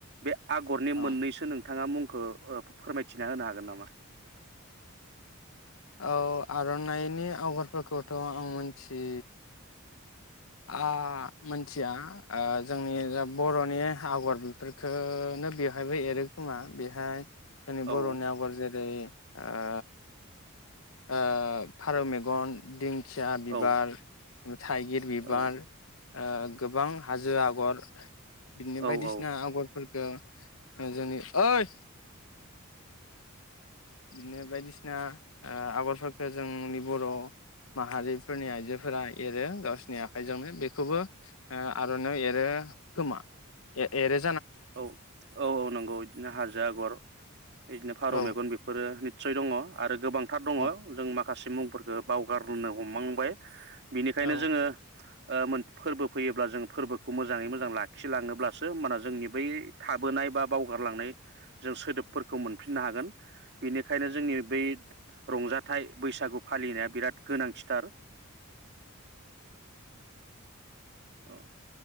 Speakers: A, on the right; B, on the left.
A: बे आगरनि
B: औ
A: मोननैसो नों थाङा मुंखो‌ ओ फोरमायथिना होनो हागोन नामा
B: औ आर'नाइनि आवगरफोरखौथ' आं मोनथि आ मोनथिया ओ जोंनि जा बर'नि आगर बेखोनो बेवहायबो एरै खोमा बेहाय जोंनि
A: औ
B: बर'नि आगर जेरै ओ ओ फारौ मेगन दिं खिया बिबार
A: औ
B: थाइगिर बिबार
A: औ
B: ओ गोबां हाजो आगर बिदिनो
A: औ
B: बायदिसिना आगरफोर ओ जोंनि ओइ बिदिनो बायदिसिना ओ आगरफोरखो जोंनि बर' माहारिफोरनि आइजोफोरा एरो गावसिोरनि आखाइजोंनो बेखौबो ओ आर'नायाव एरो खोमा ए-एरो
A: औ औ औ नोंगौ बिदिनो हाजो आगर बिदिनो फारौ
B: औ
A: मेगन बेफोरो निस्य दङ आरो गोबां थार दङो
B: औ
A: जों मा खासे मुंफोरखो बावगारोनो हमांबाय बिनिखायनो
B: औ
A: जोङो ओ मोन फोरबो फैयोब्ला जों फोरबोखौ मोजाङै मोजां लाखिलाङोब्लासो ओमबाना जोंनि बै थाबोनाय बा बावगारलांनाय जों सोदोबफोरखौ मोनफिननो हागोन बेनिखायनो जोंनि बै रंजाथाइ बैसागु फालिनाया बिराद गोनांथिथार। औ ।